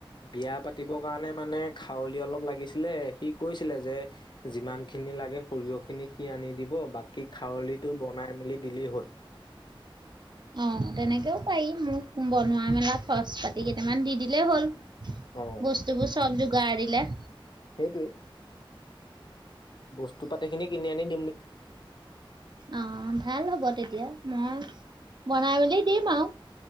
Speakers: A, on the left (about 55°); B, on the right (about 55°).
A: বিয়া পাতিবৰ কাৰণে মানে খাৱলি অলপ লাগিছিলে সি কৈছিলে যে যিমান খিনি লাগে সৰিয়হখিনি সি আনি দিব বাকী খাৱলিটো বনাই মেলি দিলেই হল।
B: অ তেনেকেও পাৰি মোক বনোৱা মেলা খচ পাতি কেইটামান দি দিলেই হ'ল।
A: অ'
B: বস্ত বোৰ চ <unintelligible>
A: সেই টোৱেই। বস্তু তোৰ পাতিখিনি কিনি আনিম।
B: অ ভাল হ'ব তেতিয়া। ময় বনাই মেলি দিম আও।